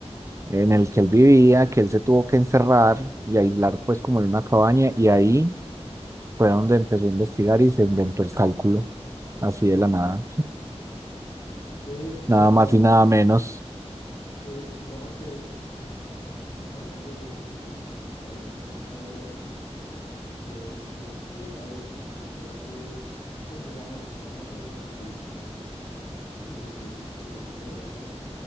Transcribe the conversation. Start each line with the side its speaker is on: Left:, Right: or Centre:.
Right: en el que él vivía, que él se tuvo que encerrar y aislar pues como en una cabaña y ahí fue donde empezó a investigar y se inventó el cálculo, así de la nada,
Left: Sí,
Right: nada
Left: pues
Right: más
Left: digamos,
Right: y nada menos.
Left: sí, digamos que pues también se pararon hombros de gigantes, porque ahí venía obviamente de, de estudiar a los, a los grandes, eh, digamos, geómetras y, y estudiosos del álgebra.